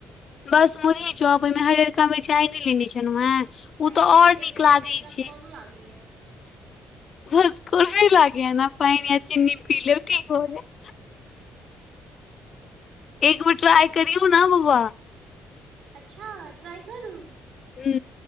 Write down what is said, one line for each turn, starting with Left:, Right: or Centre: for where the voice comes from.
Left: बस मुरही चौप ओहिमे हर हरयारका मिरचाइ नहि लेने छलहुँ हेँ
Right: नहि
Left: ओ तऽ ओर
Right: हरियरका
Left: नीक लागै
Right: मिरचाइ हमरा
Left: छै
Right: करू लागैए
Left: भस को भ लागे ने पानि या चीनी पी ले ठीक हो जेत एक बे ट्रय करिऔ ने बौआ
Right: अच्छा ट्राइ करू
Left: हू